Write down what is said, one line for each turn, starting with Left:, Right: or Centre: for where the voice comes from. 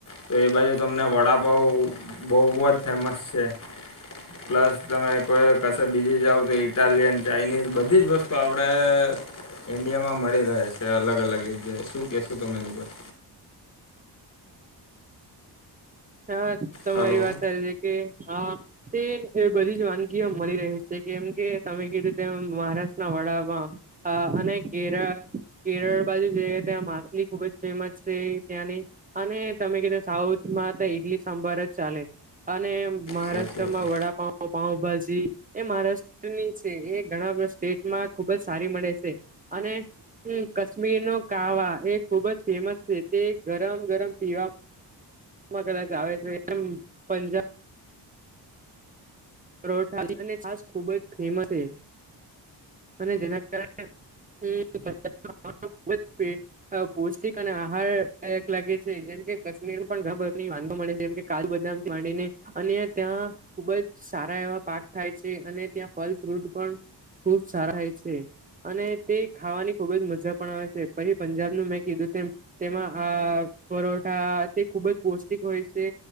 Left: તો એ બાજુ તમને વડાપઉ બોવ જ ફેમસ છે.
Right: <inaudible>
Left: પ્લસ તમે કોઈ કશે બીજી જાઓ તો ઈટાલિયન ચાઇનીઝ બધી જ વસ્તુ આપણે ઈન્ડિયામાં મળી રહે છે, અલગ અલગ જગ્યાએ શું કહેશો તમે એની ઉપર?
Right: હા તમારી
Left: હલો
Right: વાત સાચી કે હા તે એ બધી જ વાનગીઓ મળી રહી છે, કેમ કે તમે કીધું તેમ મહારાષ્ટ્રના વડાપાંવ અ અને ઘેર કેરળ બાજુ જયે ત્યાં માછલી ખુબ જ ફેમસ છે, ત્યાંની અને તમે કીધું સાઉથમાં ઈડલી સાંભર જ ચાલે અને મહારાષ્ટ્રમાં
Left: સાચી વાત
Right: વડાપાંવ પાઉભાજી એ મહારાષ્ટ્રની છે, એ ઘણા બધા સ્ટેટમાં ખુબ જ સારી મળે છે. અને હમ ક મીર નો કાવા એ ખુબ જ ફેમસ છે, તે ગરમ ગરમ પીવા માં કદાચ આવે છે, એમ પંજા પરોઠા અને છાસ ખુબ જ ફેમસ છે. અને જેના કારણે <unintelligible> પૌષ્ટિક અને આહારદાયક લાગે છે, જેમ કે કાશ્મીર પણ ઘણા બધાની વાનગી મળે જેમ કે કાજુ બદામથી માંડીને અને ત્યાં ખુબ જ સારા એવા પાક થાય છે, અને ત્યાં ફલ ફ્રૂટ પણ ખુબ સારા થાય છે. અને તે ખાવાની ખુબ જ મજા પણ આવે છે, પછી પંજાબનું મેં કીધું તેમ તેમાં આ પરોઠા તે ખુબ જ પૌષ્ટિક હોય છે.